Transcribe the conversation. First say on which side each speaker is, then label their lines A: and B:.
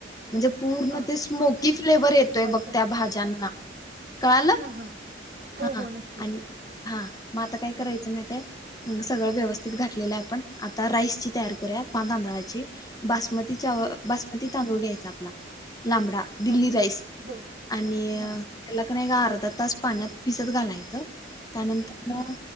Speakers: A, on the left; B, on the right.
A: म्हणजे पूर्ण
B: हा
A: ते स्मोकी फ्लेवर येतोय
B: तुपाचा
A: बघ त्या भाज्यांना कळालं
B: हा हा हो
A: हा
B: हो नक्की
A: आणि हा मग आता काय करायचं माहितय मग सगळं व्यवस्थित घातलेलं आहे आपण आता राईसची तयार करूया पा तांदळाची बासमती चा बासमती तांदूळ घ्यायचा आपला लांबडा दिल्ली
B: हा
A: राईस
B: हो
A: आणि
B: हा
A: त्याला <inaudible> तास पाण्यात भिजत घालायचं त्यानंतर
B: हा